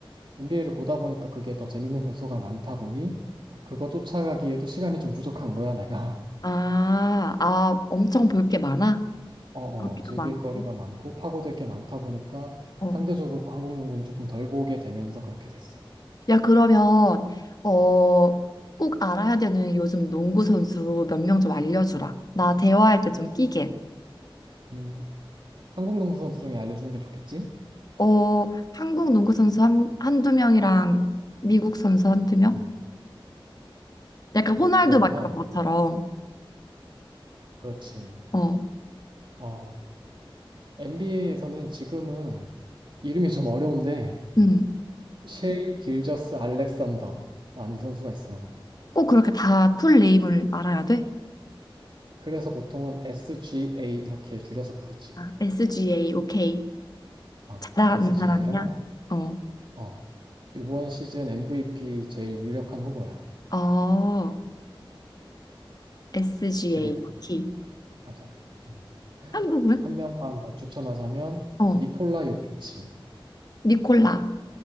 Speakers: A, on the right; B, on the left.
A: NBA를 보다 보니까 그게 더 재밌는 요소가 많다 보니 그거 쫓아가기에도 시간이 좀 부족한 거야, 내가. <laughs>
B: 아, 아, 엄청 볼 게 많아?
A: 어,
B: 보기도
A: 어, 즐길
B: 많고.
A: 거리가 많고 파고들 게 많다 보니까
B: 어.
A: 상대적으로 한국 농구는 조금 덜 보게 되면서 그렇게 됐어.
B: 야, 그러면 어, 꼭 알아야 되는 요즘 농구 선수 몇 명 좀 알려주라. 나 대화할 때 좀 끼게.
A: 음, 한국 농구 선수 중에 알려주는 게 좋겠지?
B: 어, 한국 농구 선수 한, 한두 명이랑 미국 선수 한두 명?
A: 음,
B: 약간 호날두
A: 그러면,
B: 막 이런 것처럼.
A: 그렇지.
B: 어,
A: 어, NBA에서는 지금은 이름이 좀 어려운데
B: 음.
A: 셰이 길저스 알렉산더라는 선수가 있어.
B: 꼭 그렇게 다 풀 네임을 알아야 돼?
A: 그래서 보통은 SGA 이렇게 줄여서 부르지.
B: 아, SGA, 오케이.
A: 어,
B: 잘하는
A: SGA랑
B: 사람이야? 어.
A: 어, 이번 시즌 MVP 제일 유력한 후보야.
B: 어, SGA,
A: 그리고
B: 오케이.
A: 맞아. 음,
B: 한국은?
A: 한 명만 더 추천하자면
B: 어,
A: 니콜라 요키치.
B: 니콜라.